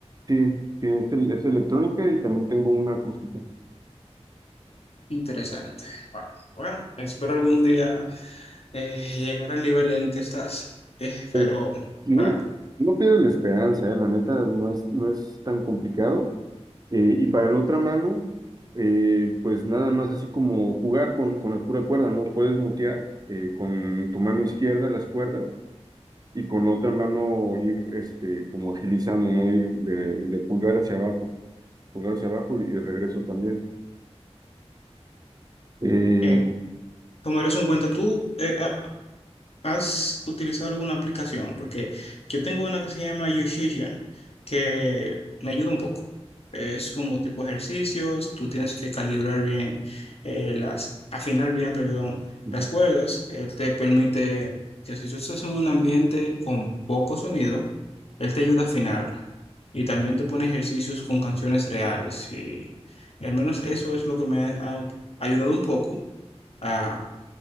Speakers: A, on the right; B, on the left.
A: Sí, sí, es, el- es electrónica y también tengo una acústica.
B: Interesante. Bueno, bueno, espero algún día eh, llegar al nivel en el que estás. Eh,
A: Pues,
B: pero,
A: no,
B: para,
A: no pierdes la esperanza, ¿eh? La neta no es, no es tan complicado. Eh, y para la otra mano, eh, pues nada más así como jugar con, con la pura cuerda, no puedes mutear eh, con tu mano izquierda las cuerdas y con la otra mano ir este, como agilizando, ¿no? Ir de, de pulgar hacia abajo, pulgar hacia abajo y, de regreso también. Eh,
B: bien, tomar eso en cuenta. Tú, eh, ah, ¿Has utilizado alguna aplicación? Porque yo tengo una que se llama Yoshisian, que me ayuda un poco. Es como tipo ejercicios, tú tienes que calibrar bien eh, las, afinar bien, perdón,
A: ujú.
B: las cuerdas. Él te permite que si tú estás en un ambiente con poco sonido, él te ayuda a afinarla. Y también te pone ejercicios con canciones reales. Y al menos eso es lo que me ha ha ayudado un poco a